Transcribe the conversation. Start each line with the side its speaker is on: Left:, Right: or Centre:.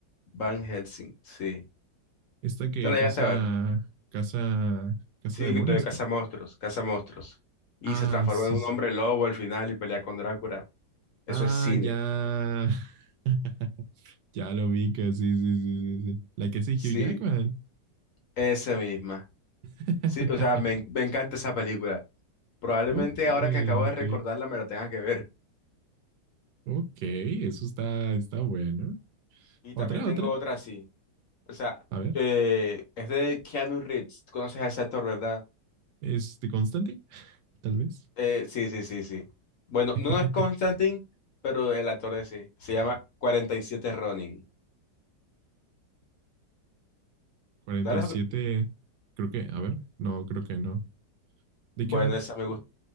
Left: Van Helsing, sí.
Right: Esta que
Left: ¿Te la
Right: casa.
Left: llegaste a ver?
Right: Casa. Casa
Left: Sí,
Right: demonios,
Left: de caza
Right: creo.
Left: monstruos, caza monstruos. Y
Right: Ah,
Left: se transforma
Right: sí,
Left: en un
Right: sí.
Left: hombre lobo al final y pelea con Drácula. Eso
Right: Ah,
Left: es cine.
Right: ya. <laughs> Ya lo vi que sí, sí, sí, sí, sí. La que sí, Hugh
Left: Sí,
Right: Jackman.
Left: esa misma.
Right: <laughs>
Left: Sí, o sea, me, en- me encanta esa película. Probablemente
Right: Ok,
Left: ahora que acabo
Right: ok.
Left: de recordarla me la tenga que ver.
Right: Ok, eso está, está bueno.
Left: Y
Right: Otra,
Left: también tengo
Right: otra.
Left: otra así. O sea,
Right: A ver,
Left: eh, es de Keanu Reeves. ¿Tú ¿Conoces a ese actor, verdad?
Right: este Constantine, tal vez.
Left: Eh, sí, sí, sí, sí. Bueno,
Right: <laughs>
Left: no es Constantine, pero el actor de sí. Se llama 47 Ronin.
Right: Cuarenta
Left: ¿Sabes
Right: y siete,
Left: lo que-
Right: creo que, a ver, no, creo que no. ¿De
Left: Bueno,
Right: qué va?
Left: esa me gusta.